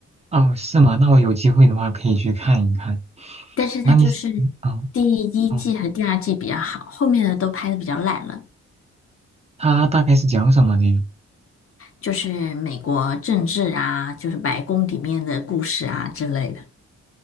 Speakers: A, on the right; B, on the left.
A: 哦，是吗？那我有机会的话可以去看一看。
B: 但是它就是第一季和第二季比较好，
A: 那你，嗯，哦，哦，
B: 后面的都拍的比较烂了，
A: 它大概是讲什么的呀？
B: 就是美国政治啊，就是白宫里面的故事啊之类的。